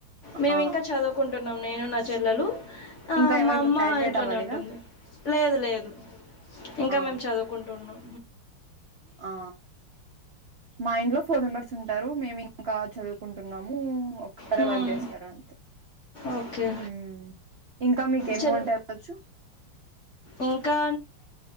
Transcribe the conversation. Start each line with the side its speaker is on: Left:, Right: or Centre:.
Left: మేము
Right: ఆ
Left: ఇంకా చదువుకుంటున్నాం నేను నా చెల్లలు
Right: ఇంకా ఎవరు
Left: మా అమ్మ
Right: గ్రాడ్యుయేట్
Left: ఇంట్లోనే
Right: అవ్వలేదా
Left: ఉంటుంది లేదు లేదు ఇంకా
Right: ఆ
Left: మేము చదువుకుంటు ఉన్నాం
Right: ఆ మైండ్లోఫ్ ఫోర్ మెంబర్స్ ఉంటారు మేము ఇంకా చదువుకుంటున్నాము ఒక్కరే
Left: హ్మ్.
Right: వర్క్ చేస్తారు అంతే
Left: ఓకే
Right: మ్మ్ ఇంకా మీకేమి
Left: చె
Right: వంటలు వచ్చు
Left: ఇంకా